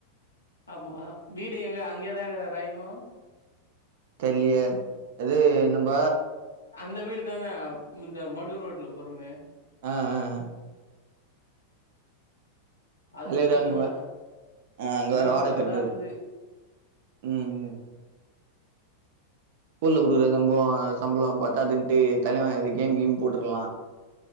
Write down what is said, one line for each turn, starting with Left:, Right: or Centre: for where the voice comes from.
Left: ஆமா வீடு எங்க அங்கதா இக்குறாரா இன்னு
Right: தெர்லியே இது நம்ப
Left: அந்த வீடு தான இந்த மடு ரோட்ல போறோமே
Right: அ அ அ
Left: அது
Right: கலைற
Left: உள்ளதானா
Right: அங்குவ ஆ அங்க வேற
Left: வீடு
Right: வாடக
Left: நல்லா
Right: கட்னிரு
Left: இருந்தது
Right: ம் ம் ஸ்கூல் ல குடுக்குற சம்பவோ சம்பளோ பத்தாதுட்டு தலைவெ இது கேம் கீம் போட்ருலா